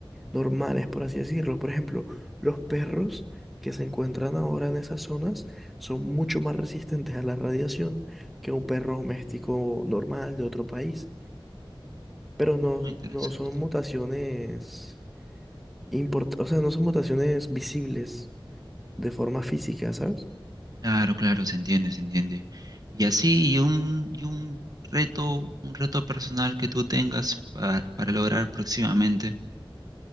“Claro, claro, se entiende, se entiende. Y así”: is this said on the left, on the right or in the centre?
Right